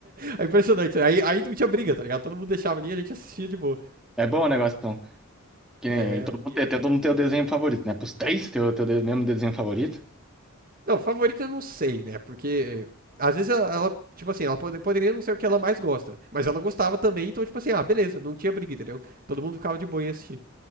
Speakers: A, on the right; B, in the centre.
A: É impressionante. né? Aí, aí não tinha briga, tá ligado? Todo mundo deixava ali e a gente assistia de boa.
B: é bom o negócio, então. Que
A: É,
B: nem, todo
A: um dia.
B: mundo tem, tem- todo mundo tem o desenho favorito, né? Pros três tem o teu de- mesmo desenho favorito.
A: Não, favorita eu não sei, né? Porque às vezes ela, ela, tipo assim, ela pode- poderia não ser o que ela mais gosta, mas ela gostava também, então, tipo assim, ah, beleza, não tinha briga, entendeu? Todo mundo ficava de boa em assistir.